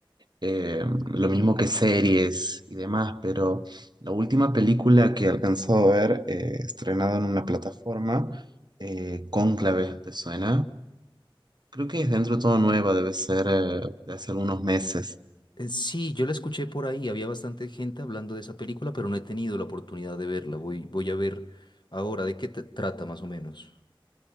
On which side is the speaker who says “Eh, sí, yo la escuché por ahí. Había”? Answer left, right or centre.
Left